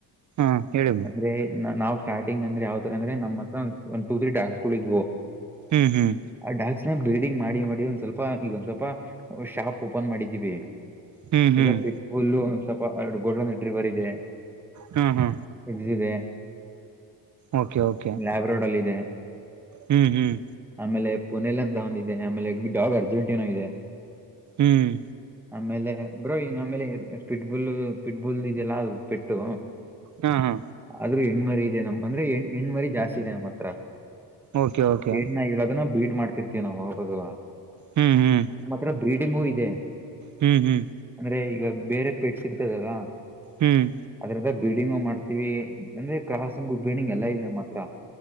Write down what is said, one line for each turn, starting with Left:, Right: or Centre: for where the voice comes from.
Right: ಹ್ಮ್ ಹೇಳಿ
Centre: ಅಂದ್ರೆ ನಾವ್ ಸ್ಟಾರ್ಟಿಂಗ್ ಅಂದ್ರ ಯಾವ ತರ ಅಂದ್ರೆ ನಮ್ಮ ಹತ್ರ ಟು ತ್ರಿ ಡಾಸ್ಗಳ ಇದ್ವು
Right: ಹ್ಮ್ ಹ್ಮ್
Centre: ಆ ಡಾಕ್ಸ್ ನ ಬ್ಲೀಡಿಂಗ್ ಮಾಡಿ ಮಾಡಿ ಒಂದ್ ಸ್ವಲ್ಪ ಈಗ ಒಂದ್ ಸ್ವಲ್ಪ ಶಾಪ್ ಓಪನ್ ಮಾಡಿದೀವಿ
Right: ಹ್ಮ್ ಹ್ಮ್
Centre: ಈಗ ಹುಲ್ಲು ಒ ಸ್ವಲ್ಪ ಗೊಡ್ ನೆಡ್ರರಿವರ್ ಇದೆ
Right: ಹಾ ಹಾ
Centre: ಇದದೆ
Right: ಓಕೆ ಓಕೆ
Centre: ಲ್ಯಾಬ್ರೋಡ್ ಅಲ್ಲಿ ಇದೆ
Right: ಹ್ಮ್ ಹ್ಮ್
Centre: ಆಮೇಲೆ ಪುಣೆಲಿ ಅಂತ ಒಂದ ಇದೆ ಆಮೇಲೆಡಾಗ್ ಅರ್ಜೆಂಟೀಿನ ಇದೆ
Right: ಹ್ಮ್
Centre: ಆಮೇಲೆ ಬ್ರೋ ಈ ನಮೇಲೆ ಪಿಟ್ಬುಲ್ ಪಿಟ್ಬುಲ್ ಇದೆಲ್ಲಾ ಅ ಪೆಟ್ಟು
Right: ಹಾ ಹಾ
Centre: ಆದ್ರೂ ಹೆಣ್ಮರಿ ಇದೆ ನಮ್ ಅಂದ್ರೆ ಹೆ ಹೆಣ್ಮರಿ ಜಾಸ್ತಿ ಇದೆ ನಮ್ಮ್ ಹತ್ರ
Right: ಓಕೆ ಓಕೆ
Centre: ಹೆಣನಾಯಿಗಳನ್ನು ಬೀಡ್ ಮಾಡ್ತಿರ್ತೀವಿ ಅವಾಗ ಅವಾಗ
Right: ಹ್ಮ್ ಹ್ಮ್
Centre: ನಿಮ್ಮ ಹತ್ರ ಬ್ರೀಡಿಂಗು ಇದೆ
Right: ಹ್ಮ್ ಹ್ಮ್
Centre: ಅಂದ್ರೆ ಈಗ ಬೇರೆ ಪೆಟ್ಸ್ ಇರ್ತದಲ್ಲ
Right: ಹ್ಮ್
Centre: ಅದ್ರದ ಬೀಡಿಂಗ ಮಾಡ್ತೀವಿ ಅಂದ್ರೆ ಕ್ರಾಸಿಂಗ್ ಬೀಡಿಂಗ್ ಎಲ್ಲಾ ಇದೆ ನಮ್ಮ ಹತ್ರ